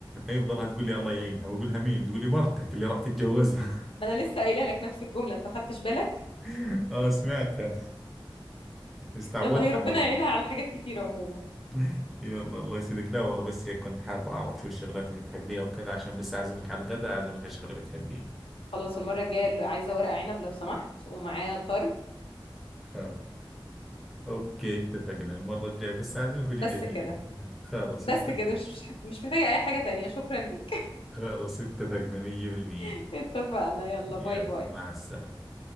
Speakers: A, in the centre; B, on the left (about 85°).
A: هي بضلها <laughs> تقول لي الله يعينها بقول لها مين تقول لي مرتك اللي راح تتجوزها
B: ما انا لسه قايله لك نفس الجملة انت ما خدتش بالك
A: <laughs> آه سمعتها بس تعودت
B: يلا هي ربنا
A: عليها
B: يعينها على حاجات كتيرة عموما
A: <laughs> يلا الله يسعدك لا والله بس هيك كنت حاب أعرف شو الشغلات اللي بتحبيها وكذا عشان بس أعزمك على الغداء أعزمك على شغلة بتحبيها
B: خلاص المرة الجاية اللي عايزة ورق عنب لو سمحت ومعاه طرب
A: خلاص أوكي اتفقنا المرة الجاية بس أعزمك وأجيب
B: بس
A: لك
B: كده
A: اللي بدك إياه. خلاص
B: بس
A: اتفق.
B: كده مش مش مش محتاجة اي حاجة تانية شكرا ليك
A: خلاص اتفقنا 100%
B: <laughs> اتفقنا يلا
A: يلا
B: باي باي
A: مع السلامة